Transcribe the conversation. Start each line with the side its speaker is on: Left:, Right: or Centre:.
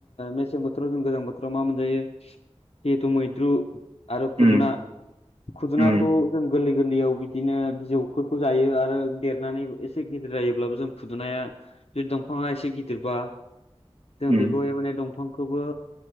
Left: मेसें बोथोराव जों गोजां बोथोराव मा मोनजायो जिहेतु मैद्रु आरो
Right: उम
Left: खुदुना खुदुनाखौ
Right: उम
Left: जों गोरलै गोरलैयाव बिदिनो बिजौखौ जायो आरो देरनानै एसे गिदिर जायो अब्लाबो जों खुदुनाया जुदि दंफाङा एसे गिदिरबा जों
Right: उम
Left: बेखौहाय माने दंफांखौबो